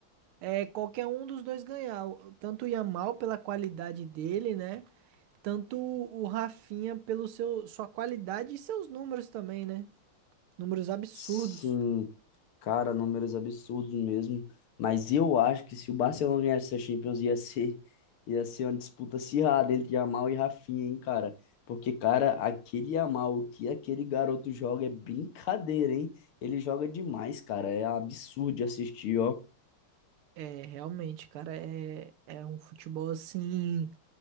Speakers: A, on the right; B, on the left.
A: é, qualquer um dos dois ganhar, O- tanto o Yamal pela qualidade dele, né? Tanto o Rafinha pelo seu sua qualidade e seus números também, né? Números absurdos.
B: Sim, cara, números absurdos mesmo. Mas eu acho que se o Barcelona ganhasse essa Champions, ia ser, ia ser uma disputa acirrada entre Yamal e Rafinha, hein, cara? Porque, cara, aquele Yamal, o que aquele garoto joga é brincadeira, hein? Ele joga demais, cara. É absurdo de assistir, ó.
A: É, realmente, cara, é, é um futebol assim